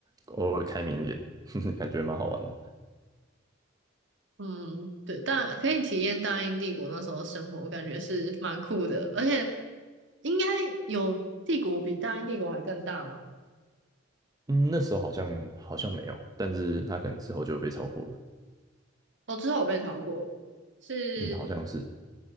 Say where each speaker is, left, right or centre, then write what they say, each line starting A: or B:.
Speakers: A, on the right (about 20°); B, on the right (about 65°).
A: 偶尔开明一点，<laughs> 感觉蛮好玩的。
B: 嗯，对，但可以体验大英帝国那时候生活，感觉是蛮酷的，而且应该有帝国比大英帝国还更大嘛？
A: 嗯，那时候好像好像没有，但是他可能之后就被超过了。
B: 哦，之后我被超过，是，
A: 嗯，好像是，